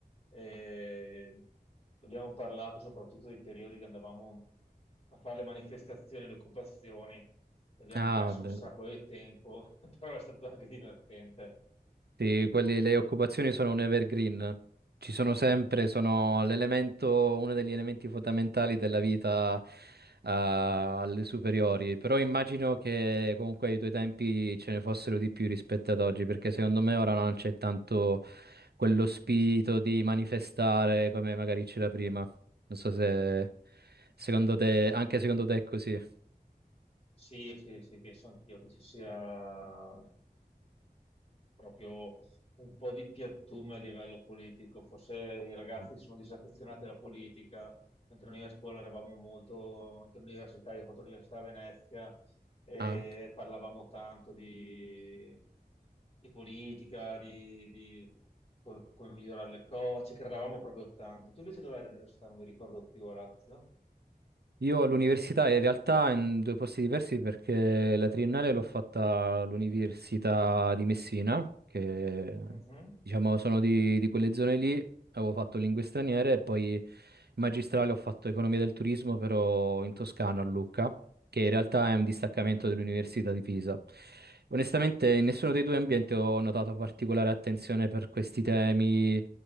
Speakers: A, on the left; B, on the right.
A: E abbiamo parlato soprattutto dei periodi che andavamo a fare le manifestazioni, le occupazioni, e abbiamo
B: Ah,
A: perso
B: bello.
A: un sacco di tempo, <laughs> però è stato anche divertente.
B: Sì, quelli- le occupazioni sono un evergreen. Ci sono sempre, sono l'elemento, uno degli elementi fondamentali della vita, eh, alle superiori. Però immagino che comunque ai tuoi tempi ce ne fossero di più rispetto ad oggi, perché secondo me ora non c'è tanto quello spirito di manifestare come magari c'era prima. Non so se secondo te, anche secondo te è così.
A: Sì, sì, sì, penso anch'io che ci sia proprio un po' di piattume a livello politico. Forse i ragazzi
B: Mm.
A: sono disaffezionati alla politica, mentre noi a scuola eravamo molto, anche all'università, io ho fatto l'università a Venezia e
B: Ah.
A: parlavamo tanto di, di politica, di, di- co- come migliorare le cose, ci credevamo proprio tanto. Tu invece dove eri all'università? Non mi ricordo più, Orazio.
B: Io all'università in realtà in due posti diversi perché la triennale l'ho fatta all'Università di Messina, che
A: Mhm.
B: diciamo sono di, di quelle zone lì, avevo fatto lingue straniere e poi in magistrale ho fatto economia del turismo però in Toscana a Lucca, che in realtà è un distaccamento dell'Università di Pisa. Onestamente in nessuno dei due ambienti ho notato particolare attenzione per questi temi,